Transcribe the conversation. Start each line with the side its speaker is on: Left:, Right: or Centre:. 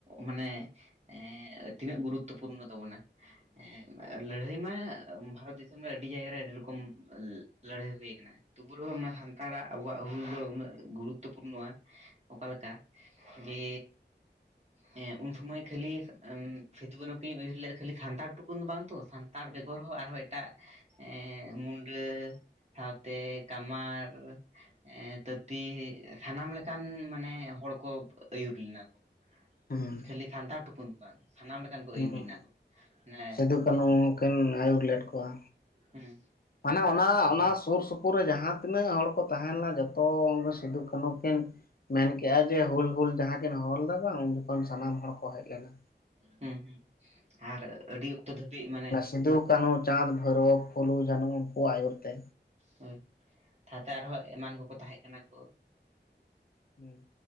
Right: ᱢᱟᱱᱮ ᱮ ᱛᱤᱱᱟᱹᱜ ᱜᱩᱨᱩᱛᱛᱚ ᱯᱩᱨᱱᱚ ᱛᱟᱵᱚᱱᱟ ᱮᱸ ᱞᱟᱹᱲᱦᱟᱹᱭ ᱢᱟ ᱵᱷᱟᱨᱚᱛ ᱫᱤᱥᱚᱢ ᱨᱮ ᱟᱹᱰᱤ ᱡᱟᱭᱜᱟᱨ ᱨᱮ ᱟᱹᱰᱤ ᱨᱚᱠᱚᱢ ᱞᱟᱹᱲᱦᱟᱹᱭ ᱦᱩᱭ ᱟᱠᱟᱱᱟ ᱛᱩᱵᱩ ᱨᱮᱦᱚᱸ ᱢᱟᱱᱮ ᱥᱟᱱᱛᱟᱲᱟᱜ ᱟᱵᱚᱣᱟᱜ ᱦᱩᱞ ᱫᱚ ᱩᱱᱟᱹᱜ ᱜᱩᱨᱩᱛᱛᱚ ᱯᱩᱨᱱᱚᱼᱟ ᱚᱠᱟ ᱞᱮᱠᱟ ᱡᱮ, ᱦᱮᱸ ᱩᱱ ᱥᱚᱢᱟᱹᱭ ᱠᱷᱟᱹᱞᱤ ᱥᱤᱫᱩ ᱠᱟᱱᱩ ᱩᱭᱦᱟᱹᱨ ᱞᱮᱫᱟ ᱠᱷᱟᱹᱞᱤ ᱥᱟᱱᱛᱟᱲ ᱴᱩᱠᱩᱱ ᱫᱚ ᱵᱟᱝ ᱛᱚ ᱛᱟᱨ ᱵᱮᱜᱚᱨ ᱦᱚᱸ ᱟᱨᱦᱚᱸ ᱮᱴᱟᱜ ᱮᱸ ᱢᱩᱱᱰᱟᱹ ᱥᱟᱶ ᱛᱮᱼᱼ ᱠᱟᱢᱟᱨ ᱮᱸ ᱛᱟᱹᱛᱤ ᱥᱟᱱᱟᱢ ᱞᱮᱠᱟᱱ ᱢᱟᱱᱮ ᱦᱚᱲ ᱠᱚ ᱟᱹᱭᱩᱨ ᱞᱮᱱᱟ ᱠᱚ
Left: ᱦᱩᱸ
Right: ᱠᱷᱟᱹᱞᱤ ᱥᱟᱱᱛᱟᱲ ᱴᱩᱠᱩᱱ ᱫᱚ ᱵᱟᱝ ᱥᱟᱱᱟᱢ ᱞᱮᱠᱟᱱ ᱟᱹᱭᱩᱨ
Left: ᱦᱩᱸ
Right: ᱞᱮᱱᱟ ᱠᱚ ᱢᱟᱱᱮ
Left: ᱥᱤᱫᱩ ᱠᱟᱹᱱᱩ
Right: ᱠᱤᱱᱛᱩ
Left: ᱠᱤᱱ ᱟᱹᱭᱩᱨ ᱞᱮᱫ ᱠᱚᱣᱟ
Right: ᱦᱮᱸ
Left: ᱢᱟᱱᱮ ᱚᱱᱟ ᱚᱱᱟ ᱥᱩᱨ ᱥᱩᱯᱩᱨ ᱨᱮ ᱡᱟᱦᱟᱸ ᱛᱤᱱᱟᱹᱜ ᱦᱚᱲ ᱠᱚ ᱛᱟᱦᱮᱸ ᱞᱮᱱᱟ ᱡᱚᱛᱚ ᱩᱱ ᱥᱤᱫᱩ ᱠᱟᱱᱦᱩ ᱠᱤᱱ ᱢᱮᱱᱠᱮᱜᱼᱟ ᱡᱮ ᱦᱩᱞ ᱦᱩᱞ ᱡᱟᱦᱟᱸ ᱠᱤᱱ ᱦᱚᱦᱚ ᱞᱮᱫᱟ ᱵᱟᱝ ᱩᱱ ᱡᱚᱠᱷᱚᱱ ᱥᱟᱱᱟᱢ ᱦᱚᱲ ᱠᱚ ᱦᱮᱡ ᱞᱮᱱᱟ
Right: ᱦᱩᱸ ᱦᱩᱸ ᱟᱨ ᱟᱹᱰᱤ ᱚᱠᱛᱚ ᱫᱷᱟᱹᱵᱤᱡ ᱢᱟᱱᱮ
Left: ᱥᱤᱫᱩᱼ ᱠᱟᱹᱱᱦᱩ ᱪᱟᱸᱫᱽ ᱵᱷᱳᱭᱨᱳᱵ ᱯᱷᱩᱞᱩ ᱡᱟᱱᱚ ᱩᱱᱠᱩᱭᱟᱜ ᱟᱹᱭᱩᱨ ᱛᱮ
Right: ᱦᱳ ᱛᱟᱦᱛᱮ ᱟᱨᱦᱚᱸ ᱮᱢᱟᱱ ᱠᱚᱠᱚ ᱛᱟᱦᱮᱸ ᱠᱟᱱᱟ ᱠᱚ
Left: ᱦᱮᱸ